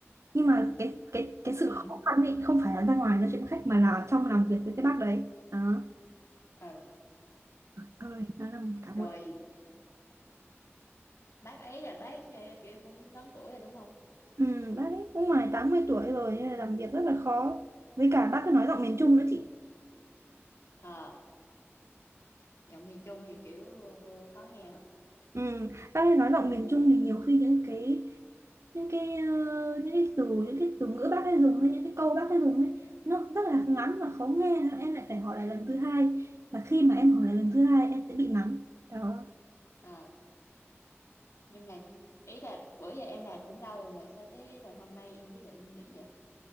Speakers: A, on the right; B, on the left.
A: nhưng mà cái cái cái sự
B: ừ,
A: khó khăn ấy không phải là ra ngoài nói chuyện với khách mà là trong làm việc với cái bác đấy đó
B: ừ.
A: ơi nó là cả một
B: Rồi bác ấy là bác ờ, kiểu cũng lớn tuổi rồi đúng không
A: Ừ, bác ấy cũng ngoài 80 tuổi rồi nên là làm việc rất là khó. Với cả bác ấy nói giọng miền Trung nữa chị.
B: ờ giọng miền Trung thì kiểu ờ, khó nghe hả
A: Ừ, bác ấy nói giọng miền Trung thì nhiều khi những cái những cái ờ, những cái từ những cái từ ngữ bác ấy dùng hay những cái câu bác ấy dùng ấy nó rất là ngắn và khó nghe Thế em lại phải hỏi lại lần thứ hai và khi mà em hỏi lại lần thứ hai em sẽ bị mắng đó
B: ờ nhưng mà ý là bữa giờ em làm cũng lâu rồi mà sao tới là hôm nay em quyết định nghỉ vậy